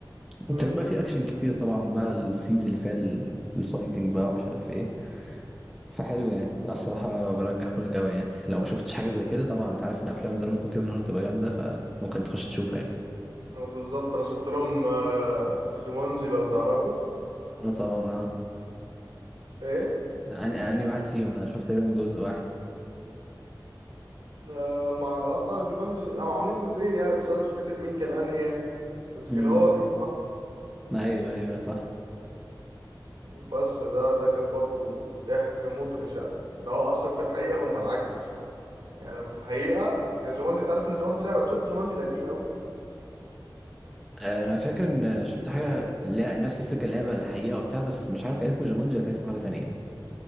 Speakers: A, on the right (about 75°); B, in the centre.
A: مم.
B: وكانت بقى في اكشن كتير طبعا بقى السينز اللي فيها ال- الفايتنج بقى ومش عارف ايه فحلو يعني انا الصراحه برجحه لك قوي يعني لو ما شفتش حاجه زي كده طبعا انت عارف ان افلام ذا روك وكيفن هارت بتبقى جامده فممكن تخش تشوفه يعني
A: هو بالظبط أنا شفت لهم آه، جومانجي لو تعرفوا
B: انا طبعا اه
A: إيه؟
B: انا اني واحد فيهم انا شفت تقريبا جزء واحد
A: آه مع آه جومانجي أو عاملين جزئين يعني بس أنا مش فاكر مين كان أنهي يعني بس
B: امم
A: كان هو كيف
B: ايوه ايوه صح
A: بس ده ده كان برضو ضحك مطرش يعني ان هو اصلا في الحقيقه هم العكس يعني في الحقيقه جومانجي انت عارف ان جومانجي لعبه شفت جومانجي القديم قوي
B: آه، انا فاكر ان شفت حاجه لا نفس الفكره لعبه الحقيقه وبتاع بس مش عارف كان اسمه جومانجي ولا كان اسمه حاجه تانية